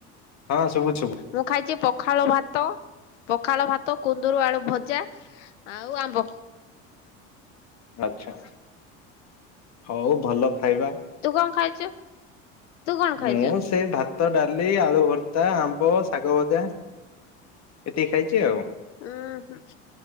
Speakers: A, on the left; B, on the left.
A: ହଁ ସୁବୁଛି।
B: ମୁଁ ଖାଇଛି ପଖାଳ ଭାତ, ପଖାଳ ଭାତ କୁନ୍ଦୁରୁ ଆଳୁ ଭଜା, ଆଉ ଆମ୍ବ।
A: ଆଛା ହଉ ଭଲ ଖାଇବା।
B: ତୁ କଣ ଖାଇଛୁ? ତୁ କଣ
A: ମୁଁ
B: ଖାଇଛୁ?
A: ସେ ଭା ଭାତ, ଡାଲି, ଆ ଳୁ ଭର୍ତ୍ତା, ଆମ୍ବ, ଶାଗ ଭଜା, ଏତିକି ଖାଇଛି ଆଉ।
B: ଓଁହ୍ନୁ ହୁଁ,